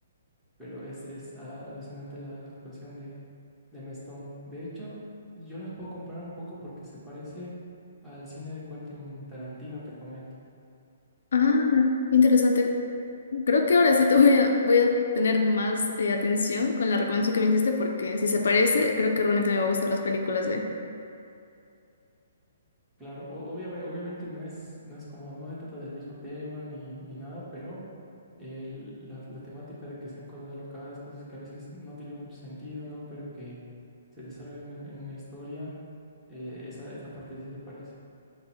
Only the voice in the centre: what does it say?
pero es, es alucinante la, la actuación de, de Emma Stone. De hecho, yo las puedo comparar un poco porque se parece al cine de Quentin Tarantino, te comento.
Claro, obviamente, obviamente no es, no es como, no se trata del mismo tema ni, ni nada, pero el- la, la temática de que sean cosas alocadas, cosas que a veces no tienen mucho sentido, ¿no? Pero que se desarrollan en, en una historia, eh, esa, esa parte sí se parece.